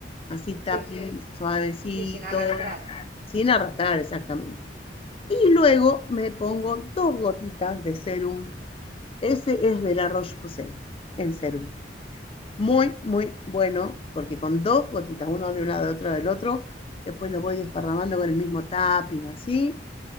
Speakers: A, on the left; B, on the right.
A: Así tapping
B: Sí,
A: sí, suavecito,
B: sí, sin arrastrar.
A: sin arrastrar exactamente. Y luego me pongo dos gotitas de serum. Ese es de la Roche-Posay, el serum. Muy, muy bueno, porque con dos gotitas, uno de un lado, otro del otro, después lo voy desparramando con el mismo tapping, así.